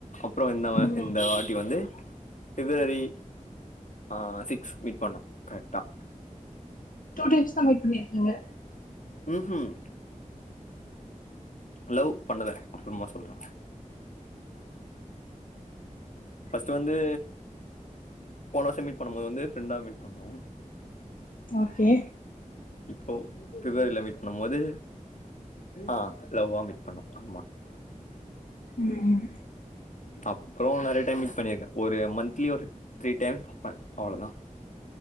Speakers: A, on the left; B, on the left.
A: அப்றோ இந்த வா
B: ம்
A: இந்த வாட்டி வந்து ஃபிப்ரரி ஆ சிக்ஸ் மீட் பண்ணோ கரெக்டா
B: டூ டைம்ஸ் தான் மீட் பண்ணிருக்கிங்க
A: ம் ஹூம் லவ் பண்ணத அப்புறமா சொல்ற ஃபர்ஸ்ட் வந்து போன வருஷம் மீட் பண்ணும்போது ஃப்ரண்டா மீட் பண்னோ
B: ஓகே
A: இப்போ பிப்ரவரில மீட் பண்ணும் போது ஆ லவ்வா மீட் பண்ணோ ஆமா அபிமா
B: ம்
A: அப்றோ நெறைய டைம் மீட் பண்ணிருக்கே ஒரு மந்த் க்லி ஒரு த்ரீ டைம்ஸ் பாப்ப அவ்ளோதா